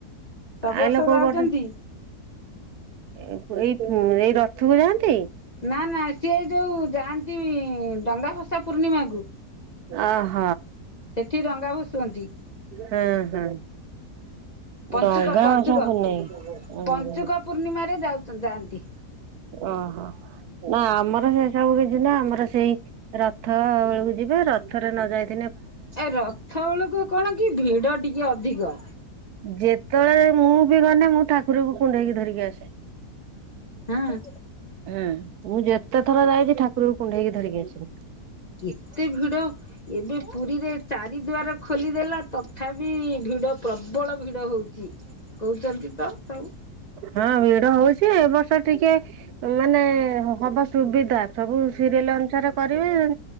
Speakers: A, on the left (about 35°); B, on the right (about 75°).
A: ସବୁ
B: କାଇଁଲୋ କୋଉ
A: ଯାଉଛନ୍ତି
B: ବର୍ଷ ଏ-ପୁ ଏଇ-ପୁ ଏଇ ରଥକୁ ଯାଆନ୍ତି?
A: ନା ନା ସିଏ ଯୋଉ ଯାଆନ୍ତି ଡଙ୍ଗା ଭସା ପୂର୍ଣ୍ଣିମାକୁ।
B: ଅହ।
A: ସେଠି ଡଙ୍ଗା ଭଶୁଅନ୍ତି।
B: ହଁ ହଁ।
A: ପଞ୍ଚୁକ
B: ଡଙ୍ଗା
A: ପଞ୍ଚୁକ
B: ବଛା ପୁନେଇ ଓହୋ
A: ପଞ୍ଚୁକ ପୂର୍ଣ୍ଣିମାରେ ଯାଉଚ-ଯାଆନ୍ତି।
B: ଓହୋ ନା ଆମର ହେସବୁ କି ଛିନା ଆମର ସେଇ ରଥ ବେଳକୁ ଯିବେ ରଥରେ ନଯାଇଥି
A: ଏ ରଥ ବେଳକୁ କଣ କି ଭିଡ ଟିକେ ଅଧିକ।
B: ଯେତେବେଳେ ମୁଁ ବି ଗନେ ମୁଁ ଠାକୁରଙ୍କୁ କୁଣ୍ଡେଇକି ଧରିକି ଆସେ।
A: ହଁ
B: ହୁଁ ମୁଁ ଯେତେ ଥର ଯାଇଚି ଠାକୁରକୁ କୁଣ୍ଢେଇକି ଧରିକି ଆସିମି।
A: ଏତେ ଭିଡ ଏବେ ପୁରୀରେ ଚାରି ଦୁଆର ଖୋଲିଦେଲା ତଥାପି ଭି ଭିଡ ପ୍ରବଳ ଭିଡ ହୋଉଚି କହୁଚନ୍ତି ତ ସବୁ।
B: ହଁ ଭିଡ ହୋଉଚି ଏ ବର୍ଷ ଟିକେ ମାନେ ହବ ସୁବିଧା ସବୁ ସିରିଏଲ୍ ଏଲ୍ ଅନୁସାରେ କରିବେ